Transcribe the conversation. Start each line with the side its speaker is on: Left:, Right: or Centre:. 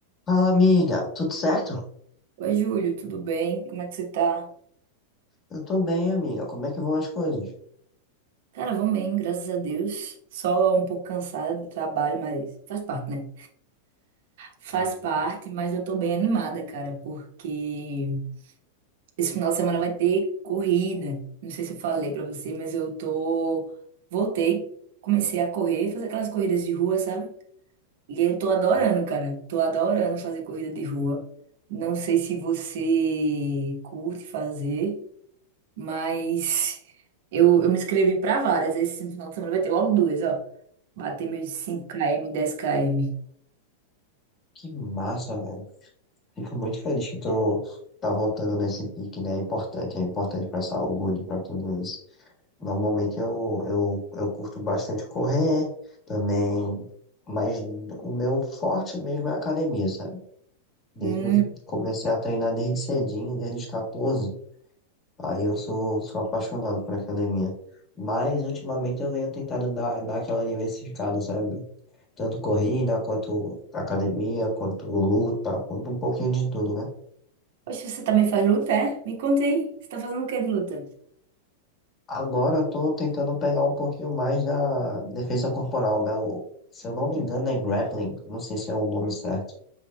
Left: Fala, amiga. Tudo certo?
Right: Oi, Júlio, tudo bem? Como é que você tá?
Left: Eu tô bem, amiga. Como é que vão as coisas?
Right: Cara, vão bem, graças a Deus. Só um pouco cansada do trabalho, mas faz parte, né? Faz
Left: Bom, bom,
Right: parte, mas eu tô bem animada, cara, porque esse final de semana vai ter corrida. Não sei se eu falei pra você, mas eu tô. Voltei, comecei a correr, fazer aquelas corridas de rua, sabe? E eu tô adorando,
Left: bom.
Right: cara. Tô adorando fazer corrida de rua. Não sei se você curte fazer. Mas eu, eu me inscrevi pra várias. Esse final de semana vai ter logo duas, ó. Bater meus cinco km dez km
Left: Que massa, velho. Fico muito feliz que tu tá voltando nesse pique, né? É importante, é importante pra saúde, pra tudo isso. Normalmente eu, eu, eu curto bastante correr também, mas o meu forte mesmo é a academia, sabe? Desde,
Right: Hum.
Left: os- comecei a treinar desde cedinho, desde os 14. Aí eu sou, sou apaixonado por academia. Mas ultimamente eu venho tentado dar, dar aquela diversificada, sabe? Tanto corrida, quanto academia, quanto luta, quanto um pouquinho de tudo, né?
Right: Poxa, você também faz luta, é? Me conta aí. Você tá fazendo o que de luta?
Left: Agora eu tô tentando pegar um pouquinho mais da defesa corporal, né? O- se eu não me
Right: Hum,
Left: engano é grappling, não sei se é o nome certo,